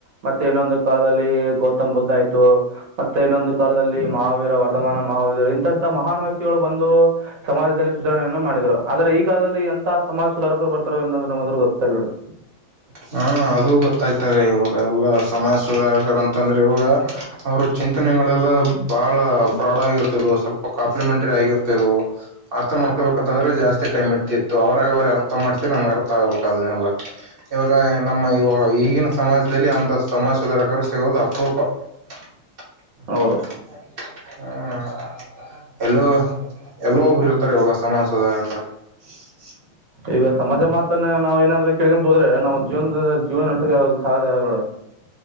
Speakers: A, on the right; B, on the right.
A: ಮತ್ತೆ ಇನ್ನೊಂದು ಕಾಲದ <unintelligible> ಗೌತಮ್ ಬುದ್ಧ ಆಯ್ತು ಮತ್ತೆ ಇನ್ನೊಂದು ಕಾಲದಲ್ಲಿ ಮಹಾವೀರ ವರ್ಧಮಾನ ಮಹಾವರು ಇಂತಹ ಮಹಾನ್ ವ್ಯಕ್ತಿಗಳು ಬಂದು ಸಮಾಜದಲ್ಲಿ ಸುಧಾರಣೆಯನ್ನು ಮಾಡ್ದರು ಆದರೆ ಈಗಾಗಾಲದಲ್ಲಿ <unintelligible> ಎಂತ ಸಮಾಜ ಸುಧಾರಕರು ಬರ್ತಾರ ಇನ್ನ್ ನದ್ರು ಗೊತ್ತೇಲ್ ನೋಡಿ <unintelligible>
B: ಹಾ ಅದು ಗೊತ್ತಾಯ್ತಾರೆ ಇವಾಗ ಎಲ್ಲ ಸಮಾಜ ಸುಧಾರಕರ ಅಂತಂದ್ರೆ ಇವಾಗ ಅವರು ಚ <unintelligible> ಚಿಂತನೆಗಳೆಲ್ಲ ಬಹಳ ಬ್ರಾಡ್ ಆಗಿರ್ತ ಸ್ವಲ್ಪ ಕಾಂಪ್ಲಿಮೆಂಟರಿ ಆಗಿರ್ತ ಆ <unintelligible> ಮಾಡ್ಕಬೇಕಂತಂದ್ರೆ ಜಾಸ್ತಿ ಟೈಮ್ ಇಡ್ತಿತ್ತು ಅವ್ರಾಗ ಅವ್ರೆ ಅರ್ಥ ಮಾಡಸಿರ ನಮಗ್ ಅರ್ಥ ಆಗ್ಬೇಕು ಅದನ್ನೆಲ್ಲ. ಇವಾಗ ನಮ್ಮ ಇವಾಗ ಈಗಿನ ಸಮಾಜದಲ್ಲಿ ಅಂತ ಸಮಾಜ ಸುದಾರಕರು ಸಿಗುವುದು ಅಪರೂಪ. <unintelligible>
A: ಹೌದು
B: ಹ್ಮ <unintelligible> ಎಲ್ಲೋ ಎಲ್ಲೋ ಒಬ್ರು ಇರ್ತಾರೆ ಇವಾಗ ಸಮಾಜ ಸುದಾರಕರ. <unintelligible>
A: ಈಗ ಸಮಾಜ ಮಾತನ್ನ ನಾವ್ ಏನಾದ್ರೆ ಕೇಳಕೊಂತ ಹೋದ್ರ ನಾವು ಜೀವನದುದ್ದಕು ಜೀವನ ನಡೆಸಕ ಸಾದ್ಯ ಆಗಲ್ಲ. <unintelligible>